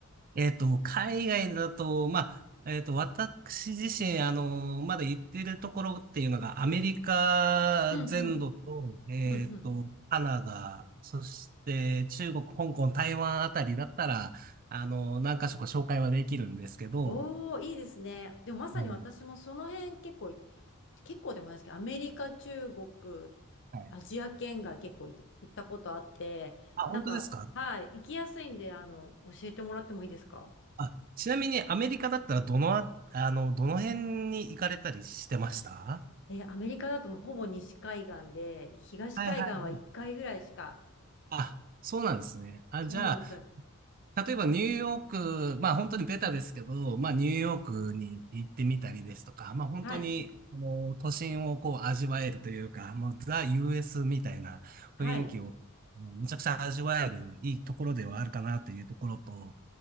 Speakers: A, on the right; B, on the left.
A: えっと、海外だと、まあ、えっと、私自身、あの、まだ行ってるところっていうのが、アメリカ全土と、
B: うんうん、
A: えっと、
B: うんうん。
A: カナダ、そして中国、香港、台湾あたりだったら、あの、何か所か紹介はできるんですけど、
B: おー、いいですね。でもまさに私もその辺結構い、
A: うん
B: 結構でもないですけど、アメリカ、中国、
A: はい。
B: アジア圏が結構い行ったことあって、
A: あ、
B: なんか、
A: 本当ですか
B: はい、行きやすいんで、あの、教えてもらってもいいですか
A: あ、ちなみにアメリカだったらどのあ、あの、どの辺に行かれたりしてました
B: えーアメリカだともうほぼ西海岸で、東海岸は1回ぐらいしか。
A: はいはいはい。あ、そうなんですね。あ、
B: そうなんです。
A: じゃあ、例えばニューヨーク、まあ本当にベタですけど、まあニューヨークに行ってみたりですとか、まあ本当に、
B: はい。
A: あの、都心をこう味わえるというか、もうザ・ US みたいな雰囲気を、
B: はい。
A: もうめちゃくちゃ味わえるいいところではあるかなというところと、